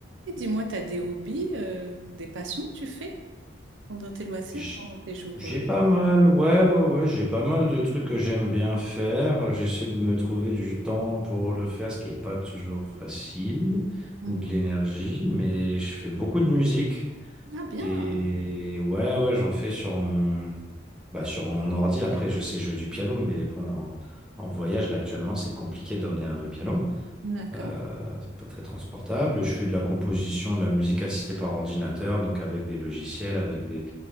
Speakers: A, on the right (about 75°); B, in the centre.
A: Et dis-moi, tu as des hobbies, euh, des passions que tu fais pendant tes loisirs,
B: J-
A: pendant tes jours
B: J'ai
A: euh,
B: pas mal, ouais, ouais, ouais, j'ai pas mal de trucs que j'aime bien faire. J'essaie de me trouver du temps pour le faire, ce qui n'est pas toujours facile,
A: mhm.
B: ou de l'énergie, mais je fais beaucoup de musique.
A: Ah bien,
B: Et ouais, ouais, j'en fais sur mon, bah, sur mon ordi. Après, je sais jouer du piano, mais bon, en, en voyage, là, actuellement, c'est compliqué d'emmener un vrai piano.
A: d'accord.
B: Euh, c'est pas très transportable. Je fais de la composition, de la musique assistée par ordinateur, donc avec des logiciels, avec des